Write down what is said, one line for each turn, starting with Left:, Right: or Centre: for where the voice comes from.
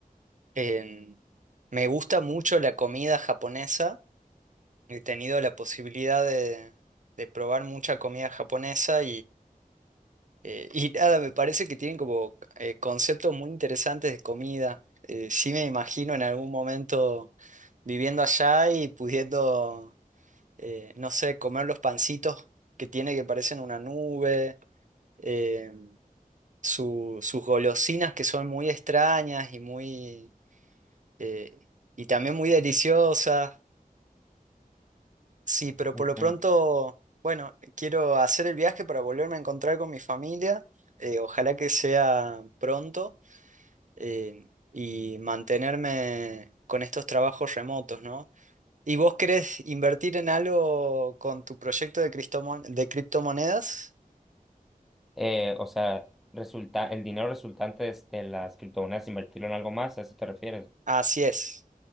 Right: En- me gusta mucho la comida japonesa, he tenido la posibilidad de, de probar mucha comida japonesa eh, y nada, me parece que tienen como eh, conceptos muy interesantes de comida. Eh, sí me imagino en algún momento viviendo allá y pudiendo, eh, no sé, comer los pancitos que tiene que parecen una nube, eh, su- sus golosinas que son muy extrañas y muy eh, y también muy deliciosas. Sí, pero
Centre: ok.
Right: por lo pronto, bueno, quiero hacer el viaje para volverme a encontrar con mi familia. Eh, ojalá que sea pronto. eh, y mantenerme con estos trabajos remotos, ¿no? ¿Y vos querés invertir en algo con tu proyecto de, cristomon- de criptomonedas?
Centre: Eh, o sea, resulta, el dinero resultante de, de las criptomonedas, invertirlo en algo más, ¿a eso te refieres?
Right: Así es.